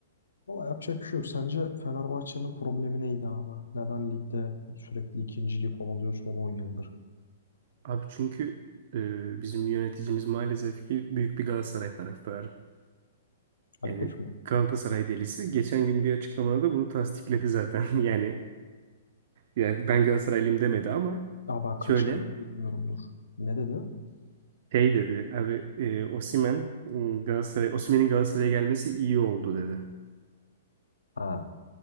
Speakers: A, on the left (about 75°); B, on the right (about 50°).
A: valla yapacak bir şey yok. Sence Fenerbahçe'nin problemi neydi abi? Neden ligde sürekli ikinciliği kovalıyor son 10 yıldır?
B: Abi çünkü e, bizim yöneticimiz maalesef ki büyük bir Galatasaray taraftarı.
A: Ali
B: Yani
A: Koç mu?
B: Galatasaray delisi. Geçen gün bir açıklamada da bunu tasdikledi zaten. <laughs> Yani, yani ben Galatasaraylıyım demedi ama
A: Ya ben kaçırdım
B: şöyle
A: bilmiyorumdur. Ne dedi?
B: şey dedi. Abi e, Osimhen, m, Galatasaray, Osimhen'in Galatasaray'a gelmesi iyi oldu dedi.
A: Ha,